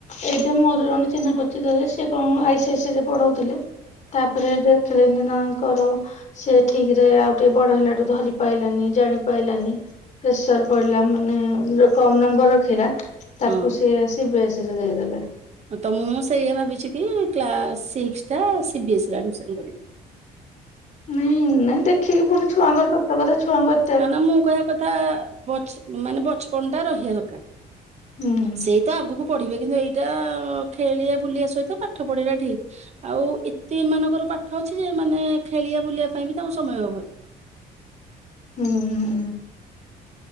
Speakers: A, on the left; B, on the right.
A: ଏଇଠି ମୋର ଜଣେ ଚିହ୍ନା ପରିଚିତ ହେବେ ସେ କଣ ଆଇସିଆସି ରେ ପଢଉଥିଲେ ତାପରେ ଦେଖିଲେନି ତାଙ୍କର ସେ ଠିକ୍ ରେ ଆଉ ଟିକେ ବଡ ହେଲାଠୁ ଧରି ପାଇଲାନି ଜାଣି ପାଇଲାନି। ପ୍ରେସର ପଡିଲା ମାନେ ଯୋଉ କମ ନମ୍ବର ରଖିଲା। ତାକୁ
B: ହଁ
A: ସିଏ ସିବିଏସିରେ ଦେଇଦେଲେ।
B: ଅ ତ ମୁଁ ସେଇା ଭାବିଚି କି କ୍ଲାସ୍ ସିକ୍ସଟା ସିବିଏସ୍ଇ ରେ ଆଡ଼ମିସନ୍ କରିବି।
A: ନାଇଁ ନାଇଁ ଦେଖିକି ପୁଣି ଛୁଆଙ୍କ ସତ କଥା ଛୁଆଙ୍କ
B: ଆ ନା ମୁଁ କହିବା କଥା ବଚ ମାନେ ବଚପନ୍ ଟା ରହିବା ଦରକାର।
A: ହୁଁ।
B: ସେଇ ତ ଆଗୁକୁ ପଢିବେ କିନ୍ତୁ ଏଇଟା ଖେଳିବା ବୁଲିବା ସହିତ ପାଠ ପଢ଼ିବାଟା ଠିକ୍। ଆଉ ଏତେ ଏମାନଙ୍କର ପାଠ ଅଛି ଯେ ମାନେ ଖେଳିଆ ବୁଲିବା ପାଇଁ ବି ତାଙ୍କୁ ସମୟ ହବ
A: ହୁଁ ହୁଁ।